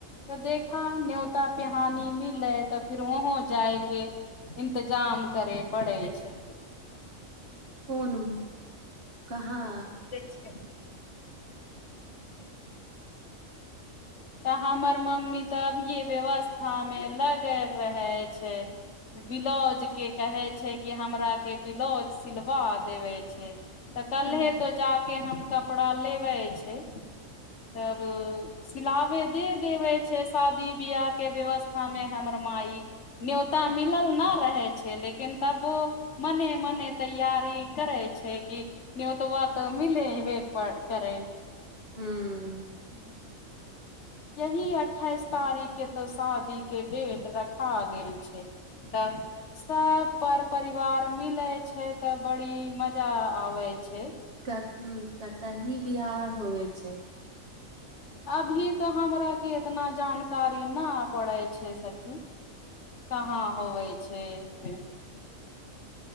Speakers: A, on the left; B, on the right.
A: तऽ देखा न्योता पिहानी मिल है तब। फिर वहं जाय के इंतजाम करे पड़े छै।
B: कोन कहाँ।
A: देख। तऽ हमर मम्मी तऽ अभी भीव्यवस्था मे लगेल रहे छै। बलाउज के कहे छै कि हमरा के ब्लाउज सिलवा देवे छै। तऽ कल्हे
B: हूं
A: तो जााके हम कपड़ा लेबे छै तब। खिलाबे दे देवे छै शादी बियाह के व्यवस्था मे हमर माई। ने्योता मिलल नहि रहै छै लेकिन तब ओ। मने मने तैयार करै छै किी। न ओ तऽ वात रेलवे पर। चढै छि
B: हू।
A: ह। यही अठाइस तारीख के तऽ शादीक के डेट रखा गेल छै। तब। सब पर परिवार मिले छै तऽ बड़ी मजा आबे छै।
B: क कतऽ ही बिवाह होवे छै।
A: अभी तो हमरा के इतना जानकारी न पड़े छै सखि कहाँ होवै छै से।